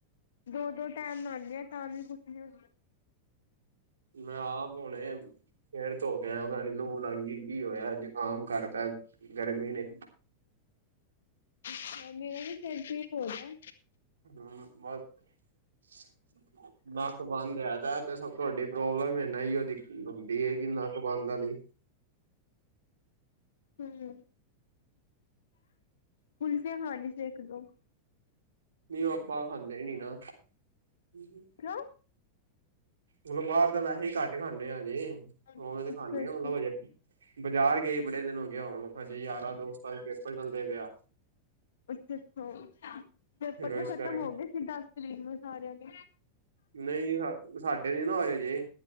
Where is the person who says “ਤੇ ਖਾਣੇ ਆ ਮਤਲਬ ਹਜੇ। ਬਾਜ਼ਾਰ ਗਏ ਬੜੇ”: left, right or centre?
Right